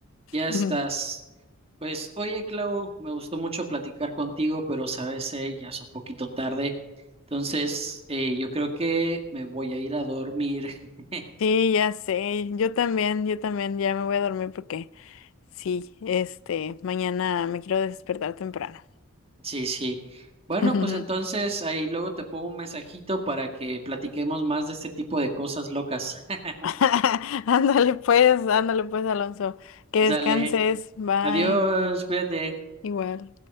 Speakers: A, on the right; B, on the left.
A: Ya estás.
B: ujú.
A: Pues, oye, Clau, me gustó mucho platicar contigo, pero sabes, eh, ya es un poquito tarde. Entonces, eh, yo creo que me voy a ir a dormir. <laughs>
B: Sí, ya sé, yo también, yo también, ya me voy a dormir porque sí, este, mañana me quiero despertar temprano.
A: Sí, sí. Bueno,
B: <laughs>
A: pues entonces ahí luego te pongo un mensajito para que platiquemos más de este tipo de cosas locas. <laughs>
B: <laughs> Ándale pues, ándale pues, Alonso, que descanses,
A: Dale,
B: bye,
A: adiós, cuídate.
B: igual.